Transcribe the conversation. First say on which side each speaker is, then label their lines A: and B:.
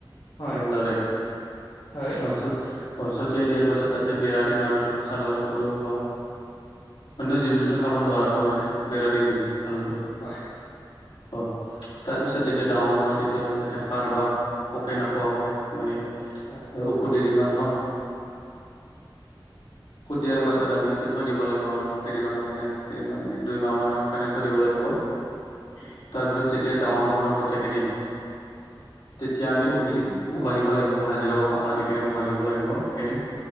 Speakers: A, on the left; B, on the left.
A: হয়
B: ভালদৰে,
A: হয়
B: তাৰপিছত অ', ছতিয়াই দিয়াৰ পাছত, তাতে বেৰা দিম আৰু ন, ছাগল গৰু বা অন্য জীৱ জন্তু খাব নোৱাৰাকৈ মানে, বেৰা দি দিম ভালদৰে।
A: হয়।
B: হয়, তাৰ পিছত যেতিয়া ডাঙৰ হ'ব ন, তেতিয়া আমি ইয়াতে সাৰ বা পোকে নোখোৱাকৈ মানে
A: হয়।
B: ঔষধ দি দিম আৰু ন, ঔষধ দিয়াৰ
A: হয়
B: পাছত
A: হয়
B: আমি টো থৈ দিব লাগিব আৰু ন, কেইদিনমানৰ কাৰণে, কেইদিন মানে দুইমাহমানৰ কাৰণে থৈ দিব লাগিব।
A: উম,
B: তাৰপিছত যেতিয়া ডাঙৰ হ'ব ন কঠীয়াখিনি, তেতিয়া আমি বুলি উঘালিব লাগিব, হাজিৰা বা কামলা দি কিনে উঘালিব লাগিব সেইখিনি।